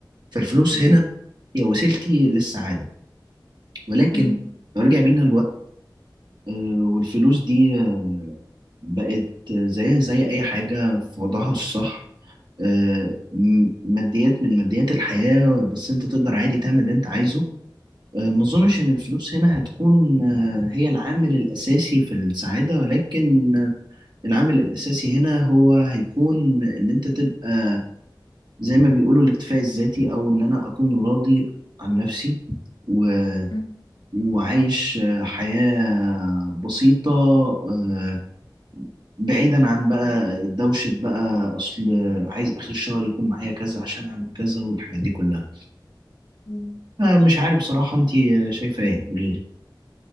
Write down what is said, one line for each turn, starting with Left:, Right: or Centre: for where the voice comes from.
Right: فالفلوس
Left: أكيد
Right: هنا هي وسيلتي للسعادة ولكن
Left: مم.
Right: لو رجع بينا آه، والفلوس دي آه، بقت زيها زي أي حاجة في وضعها الصح آه، م- ماديات من ماديات الحياة بس أنت تقدر عادي تعمل اللي أنت عايزه آه، ما أظنش إن الفلوس هنا هتكون آه، هي العامل الأساسي في السعادة ولكن آه، العامل الأساسي هنا هو هيكون إن أنت تبقى زي ما بيقولوا الاكتفاء الذاتي أو إن أنا أكون راضي عن نفسي و-
Left: مم.
Right: وعايش آه، حياة بسيطة آه، بعيدا عن بقى دوشة بقى أصل عايز آخر الشهر يكون معايا كذا عشان أعمل كذا والحاجات دي كلها
Left: مم.
Right: آه، مش عارف بصراحة أنت شايفة إيه قوليلي